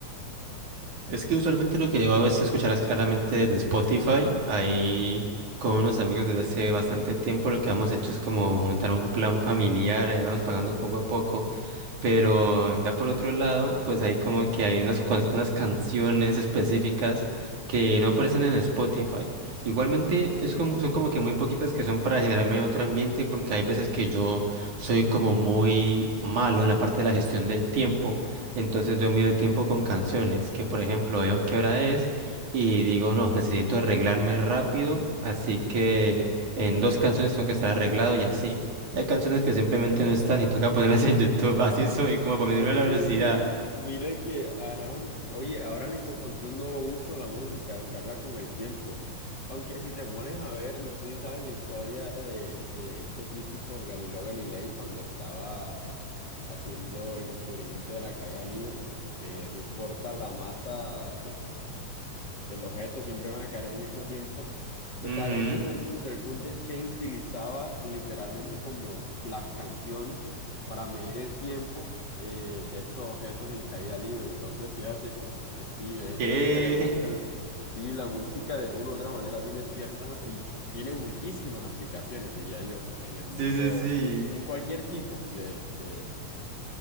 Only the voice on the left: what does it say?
<laughs>
Oye,
mira que ahora, oye, ahora le encontré un nuevo uso a la música, usarla con el tiempo. Aunque si te pones a ver, no sé si sabes la historia de, de este físico Galileo Galilei cuando estaba haciendo el descubrimiento de la caída libre, que no importa la masa del objeto, siempre van a caer al mismo tiempo.
Total, ese no es el punto. El punto es que él utilizaba literalmente como las canciones para medir el tiempo eh, de estos objetos en caída libre. Entonces, fíjate, como que sí, es,
es interesante. el-
sí, la música de una u otra manera tiene ciertas y tiene muchísimas aplicaciones, diría yo, en el mundo,
en cualquier tipo de, de